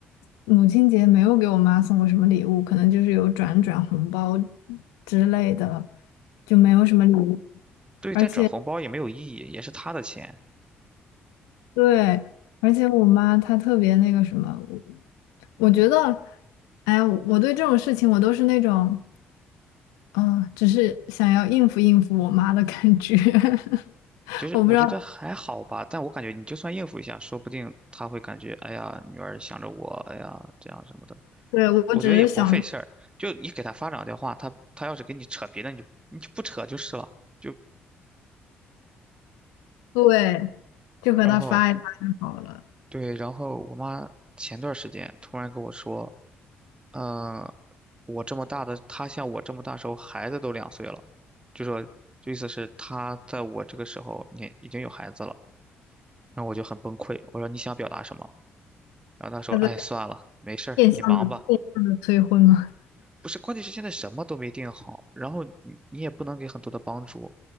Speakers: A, on the left; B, on the right.
A: 母亲节没有给我妈送过什么礼物，可能就是有转转红包之类的，就没有什么礼物。
B: 对，
A: 而且
B: 但转红包也没有意义，也是她的钱，
A: 对，而且我妈她特别那个什么，我我觉得，哎呀，我对这种事情我都是那种。嗯，只是想要应付应付我妈的感觉，<laughs>
B: 其实我觉得还好吧，
A: 我不知道，
B: 但我感觉你就算应付一下，说不定他会感觉，哎呀，女儿想着我，哎呀，这样什么的。
A: 对，我只是想说，
B: 我觉得也不费事儿，就你给他发两句话，他他要是跟你扯别的，你就你就不扯就是了。就
A: 对，就和她发一发就好了。
B: 然后对，然后我妈前段时间突然跟我说，嗯、我这么大的，她像我这么大时候，孩子都两岁了，就说就意思是她在我这个时候，你已经有孩子了。然后我就很崩溃，我说你想表达什么？然后他说：
A: 她在
B: “哎，算了，没事儿，
A: 变相的变相的催婚吗？
B: 你忙吧。”不是，关键是现在什么都没定好，然后你你也不能给很多的帮助